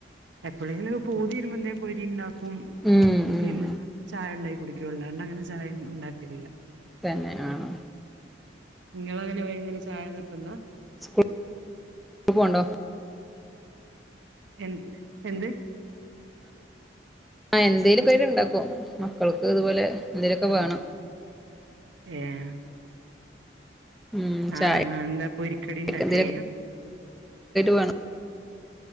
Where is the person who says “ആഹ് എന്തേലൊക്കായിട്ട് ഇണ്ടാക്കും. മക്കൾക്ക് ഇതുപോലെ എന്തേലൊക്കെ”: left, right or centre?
Centre